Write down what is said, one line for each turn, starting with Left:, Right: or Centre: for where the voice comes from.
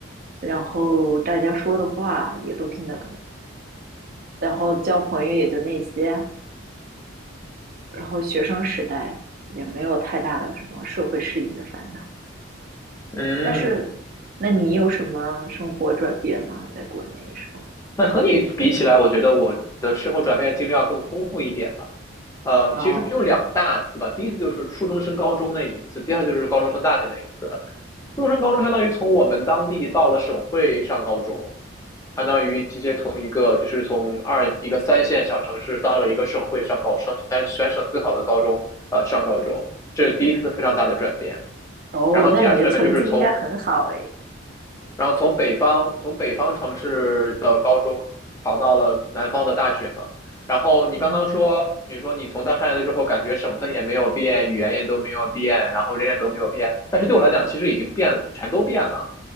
Right: 然后大家说的话也都听得懂，然后交朋友也就那些，然后学生时代也没有太大的什么社会适应的烦恼。
Left: 嗯。
Right: 但是，那你有什么生活转变吗？在国内的时候？
Left: 那和你比起来，我觉得我的生活转变经历要更丰富一点吧。呃，
Right: 哦
Left: 其实有两大次吧，第一次就是初中升高中那一次，第二就是高中升大学那一次。初中升高中相当于从我们当地到了省会上高中，相当于直接从一个就是从二一个三线小城市到了一个省会上高上全全省最好的高中，呃，上高中，这是第一次非常大的转变。
Right: 哦，
Left: 然后第二次转变就是从
Right: 那你的成绩应该很好诶。
Left: 然后从北方从北方城市的高中考到了南方的大学嘛。然后你刚刚说，
Right: 嗯，
Left: 你说你从大山来了之后，感觉省份也没有变，语言也都没有变，然后人也都没有变。但是对我来讲，其实已经变了，全都变了，